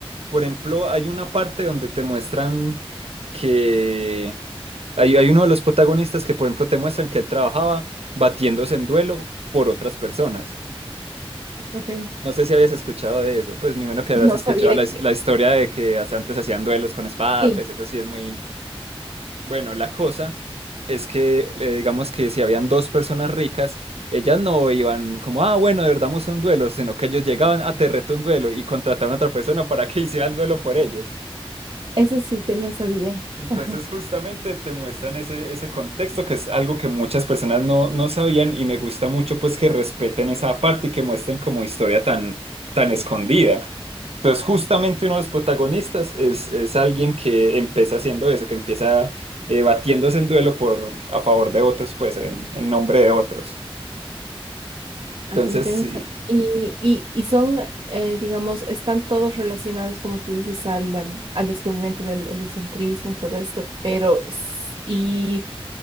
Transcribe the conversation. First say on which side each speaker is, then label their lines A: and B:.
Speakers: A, on the right (about 85°); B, on the right (about 55°).
A: Por ejemplo, hay una parte donde te muestran que hay, hay uno de los protagonistas que, por ejemplo, te muestran que él trabajaba batiéndose en duelo por otras personas.
B: ok.
A: No sé si habías escuchado de eso, pues me imagino que habrás
B: No
A: escuchado
B: sabía
A: la, his-
B: que,
A: la historia de que hasta antes hacían duelos con espada,
B: sí,
A: pues eso sí es muy... Bueno, la cosa es que eh, digamos que si habían dos personas ricas, ellas no iban como, ah, bueno, de verdad vamos a un duelo, sino que ellos llegaban a te reto un duelo y contrataban a otra persona para que <laughs> hiciera el duelo por ellos.
B: eso sí que no sabía.
A: Entonces
B: Ajá.
A: justamente te muestran ese, ese contexto que es algo que muchas personas no, no sabían y me gusta mucho pues que respeten esa parte y que muestren como historia tan, tan escondida. Entonces justamente uno de los protagonistas es, es alguien que empieza haciendo eso, que empieza eh, batiéndose en duelo por, a favor de otros, pues en, en nombre de otros.
B: Así
A: Entonces
B: interesa.
A: sí,
B: Y, y, y son, eh, digamos, están todos relacionados, como tú dices, al, um, al descubrimiento del heliocentrismo y todo esto, pero, s- y